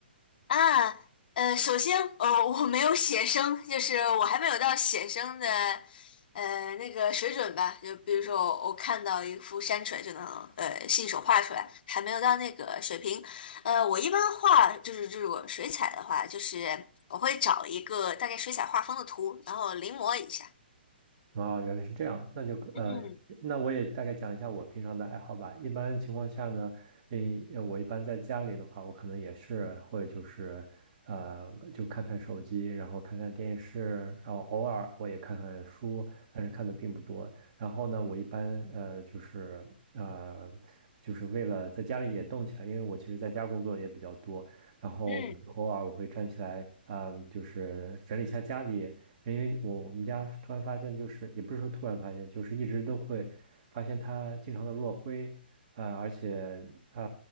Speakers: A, on the left (about 55°); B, on the right (about 45°).
A: 啊，呃，首先，呃，我没有写生，就是我还没有到写生的，呃，那个水准吧。就比如说我，我看到一幅山水就能，呃，信手画出来，还没有到那个水平。呃，我一般画就是这种水彩的话，就是我会找一个大概水彩画风的图，然后临摹一下。
B: 哦，原来是这样，那就呃，
A: 嗯
B: 那我也大概讲一下我平常的爱好吧。一般情况下呢，诶，呃我一般在家里的话，我可能也是会就是呃，就看看手机，然后看看电视，然后偶尔我也看看书，但是看的并不多。然后呢，我一般呃就是呃就是为了在家里也动起来，因为我其实在家工作也比较多，然后我就偶尔我会站起来，
A: 嗯，
B: 嗯、就是整理一下家里。因为我我们家突然发现，就是也不是说突然发现，就是一直都会发现它经常的落灰，啊，而且啊